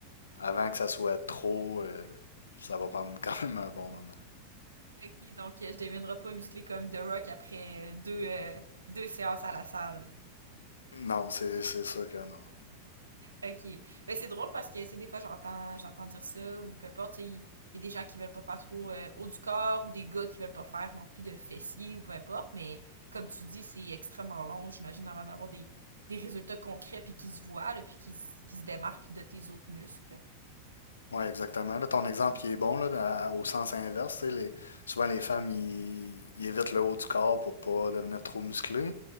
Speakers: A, on the left (about 70°); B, on the right (about 75°).
A: avant que ça soit trop, euh, ça va prendre <laughs> quand même un bon moment.
B: OK, donc euh, je deviendrai pas musclé comme The Rock après euh, deux euh, deux séances à la salle.
A: Non, c'est c'est sûr que non.
B: OK. Ben c'est drôle parce que tu sais, des fois j'entends j'entends dire ça ou peu importe, tu sais, il y a des gens qui veulent pas faire trop euh, haut du corps ou des gars qui veulent pas faire non plus de fessiers ou peu importe, mais comme tu dis, c'est extrêmement long, j'imagine avant d'avoir des des résultats concrets puis qui se voient là, puis qui se- qui se démarquent de tes autres muscles.
A: Oui, exactement. Là, ton exemple, il est bon là, dans- au sens inverse. tu sais, Les, souvent, les femmes, ils, ils évitent le haut du corps pour pas devenir trop musclés.